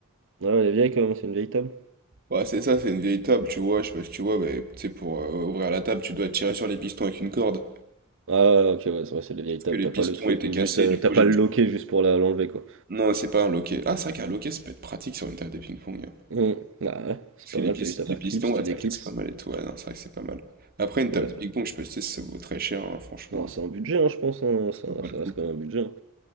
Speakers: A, on the right; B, on the right.
A: Ah, elle est vieille quand même, c'est une vieille table.
B: Ouais, c'est ça, c'est une vieille table, tu vois. Je sais pas si tu vois, mais tu sais, pour euh, ouvrir la table, tu dois tirer sur les pistons avec une corde.
A: Ah, ouais, ouais, ok, ouais, c'est vrai, c'est des
B: Sauf
A: vieilles tables,
B: que les
A: t'as
B: pistons
A: pas le truc
B: étaient
A: ou
B: cassés,
A: juste, euh,
B: du
A: t'as
B: coup,
A: pas
B: j'ai
A: le
B: dû.
A: loquet juste pour la- l'enlever, quoi.
B: Non, c'est pas un loquet. Ah, c'est vrai qu'un loquet, ça peut être pratique sur une table de ping-pong. hein.
A: Hum, Ah, ouais, c'est
B: Parce
A: pas
B: que les,
A: mal,
B: pis-
A: t'as juste à
B: les
A: faire
B: pistons,
A: clips,
B: ouais,
A: tu
B: ça
A: déclipses.
B: casse pas mal et tout. Ouais, non, c'est vrai que c'est pas mal. Après, une
A: Ouais.
B: table de ping-pong, je peux te dire, ça vaut très cher, hein, franchement.
A: Non, c'est un budget, hein, je pense, hein,
B: Ça
A: ça,
B: vaut pas
A: ça
B: le coup.
A: reste quand même un budget. hein.